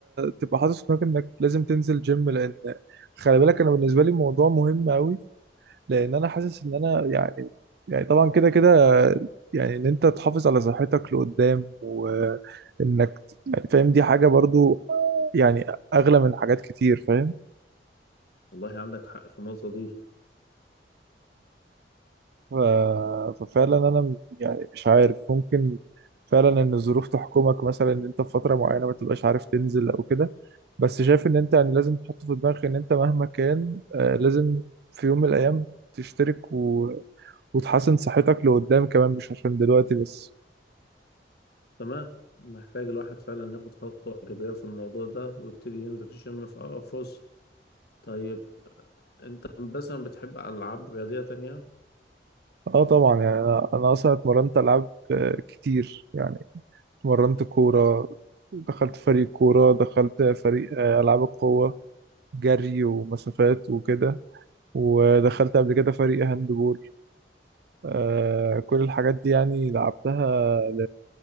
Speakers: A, on the right; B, on the left.
A: تبقى حاطط في دماغك انك لازم تنزل جيم لان خلي بالك انا بالنسبة لي الموضوع مهم قوي لان انا حاسس ان انا يعني يعني طبعا كده كده يعني ان انت تحافظ على صحتك لقدام وانك يعني فاهم دي حاجة برضو يعني اغلى من حاجات كتير فاهم
B: والله عندك حق في النقطة دي
A: ف- ففعلا انا م- يعني مش عارف ممكن فعلا ان الظروف تحكمك مثلا ان انت في فتره معينه ما تبقاش عارف تنزل او كده بس شايف ان انت يعني لازم تحط في دماغك ان انت مهما كان آه، لازم في يوم من الايام تشترك و... وتحسن صحتك لقدام كمان مش عشان دلوقتي بس
B: تمام محتاج الواحد فعلا ياخد خطوة إيجابية في الموضوع ده ويبتدي ينزل الجيم في أقرب فرصة طيب أنت مثلا بتحب ألعاب رياضية تانية؟
A: اه طبعا يعني انا انا اصلا اتمرنت العاب آه، كتير يعني اتمرنت كوره دخلت فريق كوره دخلت فريق آه، العاب القوه جري ومسافات وكده ودخلت قبل كده فريق هاند بول آه كل الحاجات دي يعني لعبتها ل...